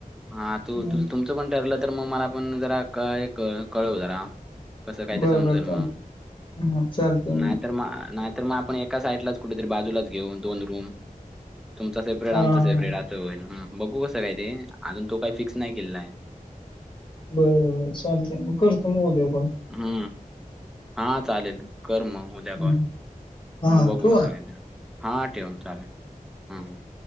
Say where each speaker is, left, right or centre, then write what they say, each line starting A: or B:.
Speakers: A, in the centre; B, on the left.
A: हा तू
B: हम्म.
A: तुझ तु. पण ठरलं तर मग मला पण जरा कळव जरा. कसं कायच
B: बरं
A: समजल
B: बरं चालते
A: मग
B: हा चालते
A: नाहीतर मग नाहीतर मग. आपण एका साईडलाच कुठेतरी बाजूलाच घेऊ दोन रूम तुमचा सेपरेट
B: हा
A: आमचा
B: हा हा.
A: सेपरेट आहे. बघू कसं काय ते अजून तो काही फिक्स नाही केलेला आहे.
B: बर बर चालते मग करतो मग उद्या पण.
A: हम्म, हा चालेल कर मग उद्या
B: हम्म.
A: कॉल.
B: हा
A: मू
B: हा
A: बघू
B: ठेवू
A: बसायच
B: का?
A: हा ठेव चालेल हम ह.